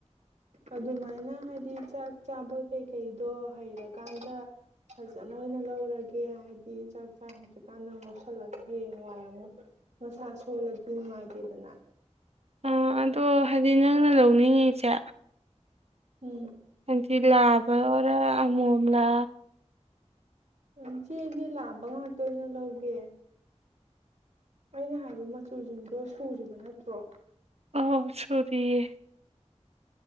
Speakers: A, on the right; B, on the right.
A: ꯑꯗꯨꯃꯥꯏꯅ ꯍꯥꯏꯗꯤ ꯆꯥꯛ ꯆꯥꯕ ꯀꯩꯀꯩꯗꯣ ꯍꯩꯔꯀꯥꯟꯗ ꯐꯖꯅ ꯑꯣꯏꯅ ꯂꯧꯔꯒꯦ ꯍꯥꯏꯕꯗꯤ ꯆꯥꯛ ꯆꯥ ꯍꯩꯇ꯭ꯔꯀꯥꯟꯗ ꯃꯣꯠꯁꯜꯂꯒ ꯍꯌꯦꯡ ꯋꯥꯏ ꯑꯃꯨꯛ ꯃꯁꯥ ꯁꯣꯜꯂ ꯅꯨꯡꯉꯥꯏꯇꯦꯗꯅ
B: ꯑ ꯑꯗꯣ ꯍꯥꯏꯗꯤ ꯅꯪꯅ ꯂꯧꯅꯤꯡꯉꯤꯁꯦ
A: ꯎꯝ
B: ꯖꯤ ꯂꯥꯕ ꯑꯣꯔ ꯑꯃꯣꯝꯂꯥ
A: ꯏꯆꯦ ꯑꯩꯗꯤ ꯂꯥꯕ ꯉꯥꯛꯇ ꯑꯣꯏꯅ ꯂꯧꯒꯦ ꯑꯩꯅ ꯍꯥꯏꯕ ꯃꯆꯨꯁꯤꯡꯗꯣ ꯁꯨꯔꯤꯕ ꯅꯠꯇ꯭ꯔꯣ
B: ꯑꯥꯎ ꯁꯔꯤꯌꯦ